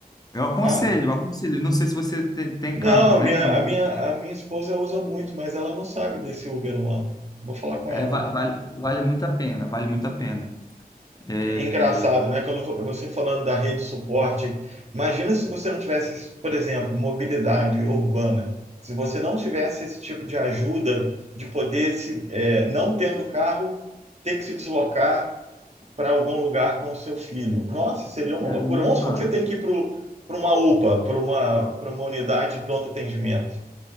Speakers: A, on the left (about 25°); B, on the right (about 45°).
A: Eu aconselho,
B: Ah,
A: eu aconselho. Não sei se você tem, tem
B: não,
A: carro,
B: a
A: né?
B: minha,
A: Mas
B: a minha, a minha esposa usa muito, mas ela não sabe desse Uber lá. Vou falar com
A: é,
B: ela.
A: va- vale, vale muito a pena, vale muito a pena. É...
B: É engraçado, né? Quando vo- você falando da rede de suporte, imagina se você não tivesse, por exemplo, mobilidade urbana. Se você não tivesse esse tipo de ajuda de poder se, é, não tendo carro, ter que se deslocar para algum lugar com o seu filho. Nossa, seria uma
A: Cara,
B: loucura.
A: nem
B: Vamos supor
A: fala.
B: que você tem que ir para uma UPA, para uma, para uma unidade de pronto atendimento.